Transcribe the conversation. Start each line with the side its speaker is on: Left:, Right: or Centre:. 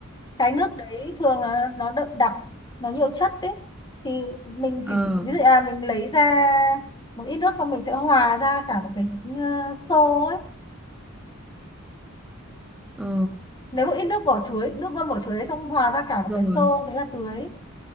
Left: cái nước đấy thường là nó đậm đặc nó nhiều chất đấy thì mình
Centre: ờ
Left: chỉ ví dụ à mình lấy ra một ít nước xong mình sẽ hòa ra cả một cái ờ, xô ấy
Centre: ờ
Left: nếu một ít nước vỏ chuối nước ngâm vỏ chuối đấy xong hòa ra cả một
Centre: rồi
Left: cái xô thế là tưới